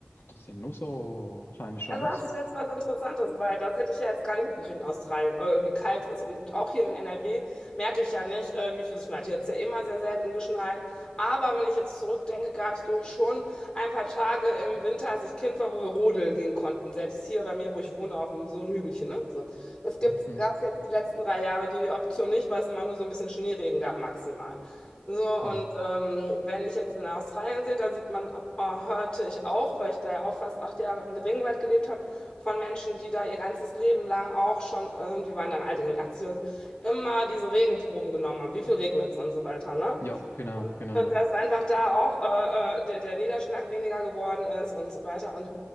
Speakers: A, on the left; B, on the left.
A: das sind nur so kleine Scharmützel.
B: Also hast du jetzt was Interessantes, weil das hätte ich ja jetzt gar nicht mitgekriegt in Australien, äh, wie kalt es ist. Und, und auch hier in NRW merke ich ja nicht, äh, wie viel es schneit. Hier hat es ja immer sehr selten geschneit. Aber wenn ich jetzt zurückdenke, gab es doch schon ein paar Tage im Winter, als ich Kind war, wo wir rodeln gehen konnten. Selbst hier bei mir, wo ich wohne, auf dem, so einem Hügelchen. Ne? So. Das gibt's,
A: Hm, hm,
B: gab es jetzt die letzten drei Jahre die Option nicht, weil es immer nur so ein bisschen Schneeregen gab maximal. So,
A: hm.
B: und ähm, wenn ich jetzt in Australien sehe, da sieht man, äh, hörte ich auch, weil ich da ja auch fast acht Jahre im Regenwald gelebt habe, von Menschen, die da ihr ganzes Leben lang auch schon, also die waren dann alt, irgendwie 80 oder so, immer diese Regenproben genommen haben, wie viel regnet es und so weiter, ne?
A: Ja, genau,
B: Und,
A: genau,
B: und
A: ja.
B: dass einfach da auch äh, äh, der, der Niederschlag weniger geworden ist und so weiter. Und